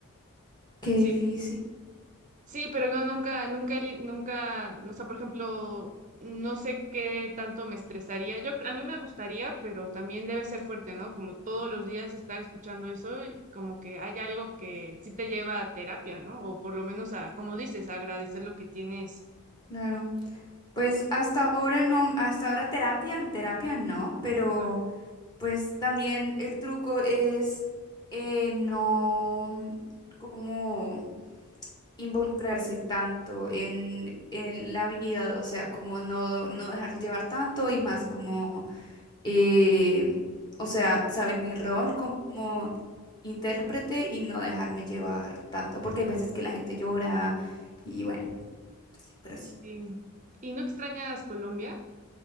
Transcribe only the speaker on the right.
Sí.
Sí, pero yo nunca, nunca, li- nunca, o sea, por ejemplo, no sé qué tanto me estresaría. Yo, a mí me gustaría, pero también debe ser fuerte, ¿no? Como todos los días estar escuchando eso, y como que hay algo que sí te lleva a terapia, ¿no? O por lo menos a, como dices, a agradecer lo que tienes.
Ajá.
Mm,
Sí.
¿Y no extrañas Colombia?